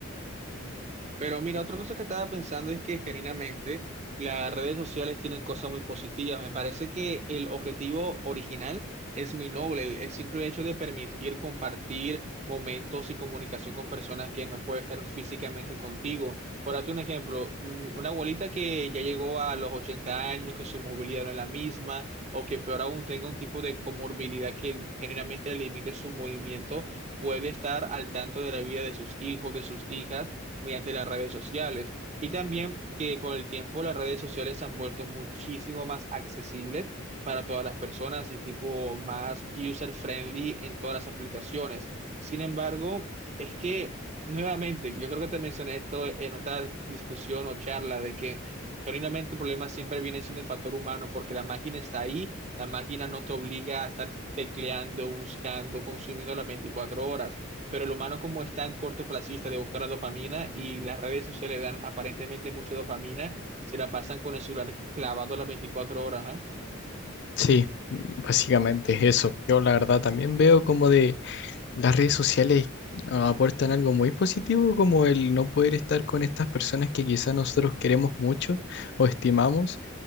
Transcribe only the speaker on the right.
Mm. Pero mira, otra cosa que estaba pensando es que genuinamente las redes sociales tienen cosas muy positivas. Me parece que el objetivo original es muy noble, el, el simple hecho de permitir compartir momentos y comunicación con personas que no pueden estar físicamente contigo. Por darte un ejemplo, mm, una abuelita que ya llegó a los 80 años, que su movilidad no es la misma, o que peor aún tenga un tipo de comorbilidad que generalmente limite su movimiento, puede estar al tanto de la vida de sus hijos, de sus hijas mediante las redes sociales. Y también que con el tiempo las redes sociales se han vuelto muchísimo más accesibles para todas las personas y tipo más user-friendly en todas las aplicaciones. Sin embargo, es que, nuevamente, yo creo que te mencioné esto en otra discusión o charla de que genuinamente el problema siempre viene siendo el factor humano porque la máquina está ahí, la máquina no te obliga a estar tecleando, buscando, consumiendo las 24 horas pero el humano como es tan cortoplacista de buscar la dopamina y las redes sociales dan aparentemente mucha dopamina, se la pasan con el celular clavado las 24 horas, ¿ah?